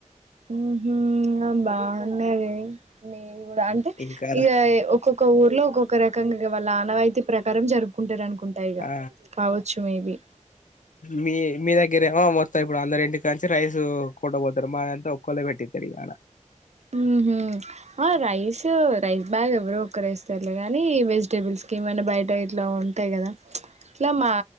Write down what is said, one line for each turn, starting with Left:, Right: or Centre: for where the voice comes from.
Right: ఉహు. ఆ బాగున్నది మీ అంటే
Left: ఇంకా
Right: ఇగా ఒక్కొక్క ఊర్లో ఒక్కొక్క రకంగా. ఇగ వాళ్ల ఆనవైతి ప్రకారం జరుపుకుంటారు అనుకున్ ఉంటా యిగా
Left: ఆ
Right: కావచ్చు మేబి.
Left: మీ మీ దగ్గరేమో మొత్తం ఇప్పుడు అందరి ఇంటి కాడ నుంచి రైసు కోంట పోతారు మా దాంట్లో ఒక్కరే పెడతారు ఈయాల.
Right: ఉమ్ హు ఆ రైసు రైస్ బాగ్ ఎవరో ఒకరు వేస్ట్ సర్లే గాని వెజిటేబుల్స్ కి వల్ల బయట ఏమైనా ఉంటాయి గదా అట్ల మా